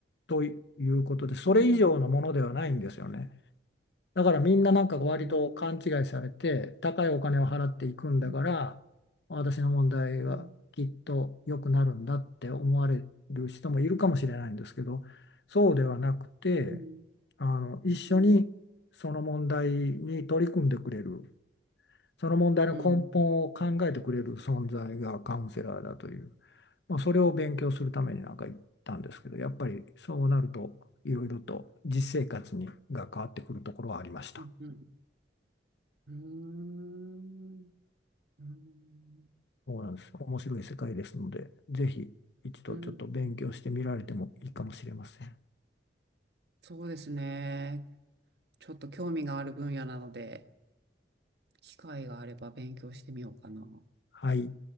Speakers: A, on the left; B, on the right.
A: ということでそれ以上のものではないんですよね。
B: うん。
A: だからみんななんか割と勘違いされて、
B: うん。うん。
A: 高いお金を払っていくんだから、
B: うん。
A: 私の問題はきっと良くなるんだって思われる人もいるかもしれないんですけど、
B: うん。
A: そうではなくて、
B: うん。
A: あの、一緒にその問題に取り組んでくれる、
B: うん。
A: その問題の根本を考えてくれる存在がカウンセラーだという、
B: うん。
A: まあ、それを勉強するためになんか行ったんですけど、やっぱりそうなると、いろいろと実生活にが変わってくるところはありました。
B: うん。うん。うーん
A: そうなんです。面白い世界ですので、ぜひ一度ちょっと勉強してみられてもいいかもしれません。
B: うん、そうですね。ちょっと興味がある分野なので、機会があれば勉強してみようかな。
A: はい。